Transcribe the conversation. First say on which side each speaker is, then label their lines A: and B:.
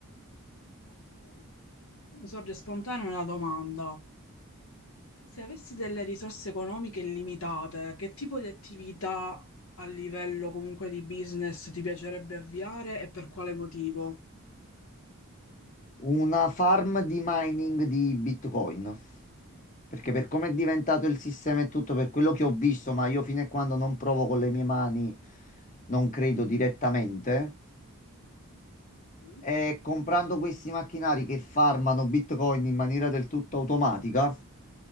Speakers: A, on the left; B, on the left.
A: Ok. Mi sorge spontanea una domanda. Se avessi delle risorse economiche illimitate, che tipo di attività a livello comunque di business ti piacerebbe avviare e per quale motivo?
B: Una farm di mining di Bitcoin. Perché per come è diventato il sistema e tutto, per quello che ho visto, ma io fino a quando non provo con le mie mani, non credo direttamente,
A: Sì.
B: è comprando questi macchinari che farmano Bitcoin in maniera del tutto automatica,